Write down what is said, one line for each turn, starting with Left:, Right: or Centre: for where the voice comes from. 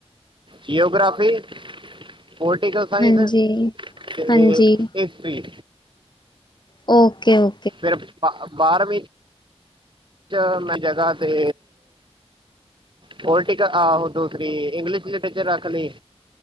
Right: ਜਓਗ੍ਰਫੀ। ਪੋਲੀਟੀਕਲ ਸਾਇੰਸ,
Left: ਹਾਂਜੀ,
Right: ਤੇ
Left: ਹਾਂਜੀ
Right: ਹਿਸਟਰੀ।
Left: ਓਕੇ ਓ
Right: ਫਿਰ ਬਾਰਵੀਂ ਚ ਮੈਂ ਜਗ੍ਹਾ ਤੇ ਪਲਟੀਕਲ ਆਹੋ ਦੂਸਰੀ ਇੰਗਲਿਸ਼ ਲਿਟਰੇਚਰ ਰੱਖ ਲਈ।